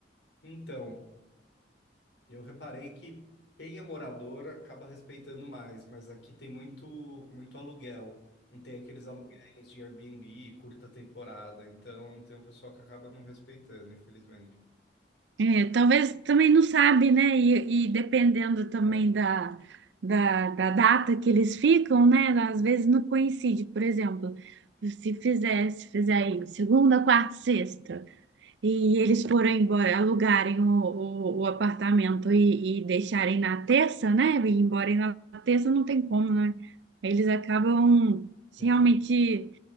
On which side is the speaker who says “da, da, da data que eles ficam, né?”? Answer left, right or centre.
Right